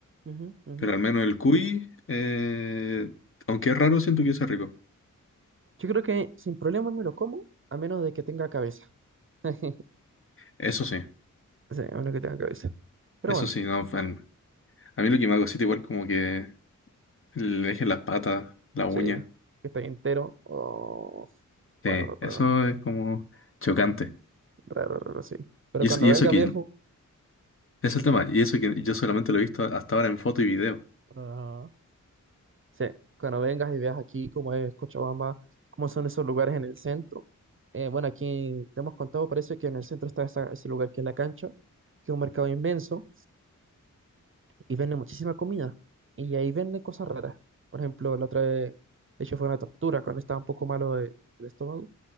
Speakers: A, on the right (about 40°); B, on the left (about 45°).
A: Ujú, ujú.
B: Pero al menos el cuy, eh, aunque es raro, siento que es rico.
A: Yo creo que sin problema me lo como, a menos de que tenga cabeza. <laughs>
B: Eso sí,
A: Sí, a menos que tenga cabeza. Pero
B: eso
A: bueno,
B: sí, no, fan. A mí lo que me hago cosita igual como que le dejen las patas, la uña.
A: sí, que esté entero. Oh, raro,
B: Sí, eso
A: raro,
B: es como chocante.
A: raro, raro, sí. Pero
B: Y
A: cuando
B: eso, y
A: venga
B: eso que
A: viejo.
B: es el tema, y eso que yo solamente lo he visto hasta ahora en foto y video.
A: Ajá. Sí, cuando vengas y veas aquí cómo es Cochabamba, cómo son esos lugares en el centro. Eh, bueno, aquí te hemos contado, parece que en el centro está esa- ese lugar que es la cancha, que es un mercado inmenso y vende muchísima comida. Y ahí venden cosas raras. Por ejemplo, la otra vez, de hecho fue una tortura cuando estaba un poco malo de- del estómago.